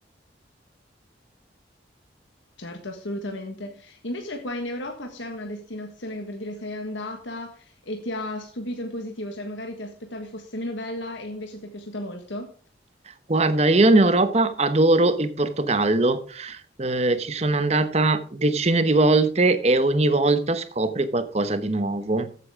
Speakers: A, on the left (about 80°); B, on the right (about 35°).
A: Certo, assolutamente. Invece qua in Europa c'è una destinazione che per dire sei andata e ti ha stupito in positivo, cioè magari ti aspettavi fosse meno bella e invece ti è piaciuta molto?
B: Guarda, io in Europa adoro il Portogallo. Eh, ci sono andata decine di volte e ogni volta scopri qualcosa di nuovo.